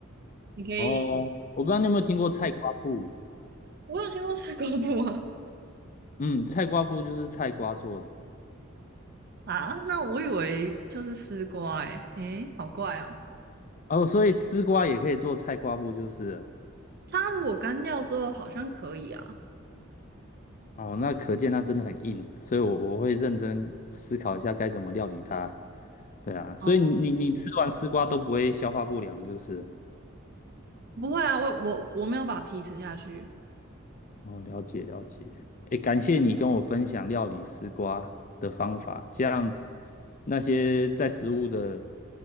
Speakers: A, on the right (about 50°); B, on the left (about 40°).
A: 你可以，
B: 哦，我不知道你有没有听过菜瓜布，
A: 我有听过菜瓜布吗？
B: 嗯，菜瓜布就是菜瓜做的
A: 啊，那我以为就是丝瓜、欸，诶，诶好怪哦。
B: 哦，所以丝瓜也可以做菜瓜布就是了
A: 它如果干掉之后好像可以啊，
B: 哦，那可见它真的很硬，所以我我会认真思考一下该怎么料理它。对啊，
A: 哦，
B: 所以你你你吃完丝瓜都不会消化不良就是了
A: 不会啊，我我我没有把皮吃下去。
B: 哦，了解了解。诶，感谢你跟我分享料理丝瓜的方法，这样那些在食物的，